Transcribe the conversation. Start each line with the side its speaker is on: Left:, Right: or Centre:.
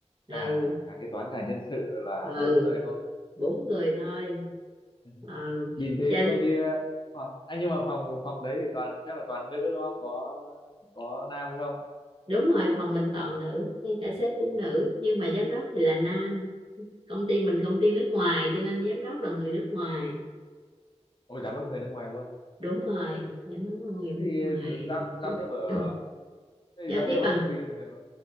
Right: ừ
Left: cả cả kế toán cả nhân sự là
Right: ừ
Left: bốn người thôi
Right: bốn người thôi
Left: Ừ.
Right: ừ
Left: nhìn thế
Right: trên
Left: thôi chứ Ờ, à, nhưng mà phòng phòng đấy thì toàn chắc là toàn nữ đúng không có có nam không
Right: đúng rồi phòng mình toàn nữ ngay cả sếp cũng nữ nhưng mà giám đốc thì là nam công ty mình công ty nước ngoài cho nên giám đốc là người nước ngoài
Left: ôi giám đốc người nước ngoài luôn
Right: đúng rồi giám đốc là người
Left: thế
Right: nước
Left: thì
Right: ngoài
Left: giao giao tiếp ở
Right: <clears throat>
Left: thế
Right: giao
Left: thì giao
Right: tiếp
Left: tiếp ở
Right: bằng
Left: công ty thường thường nó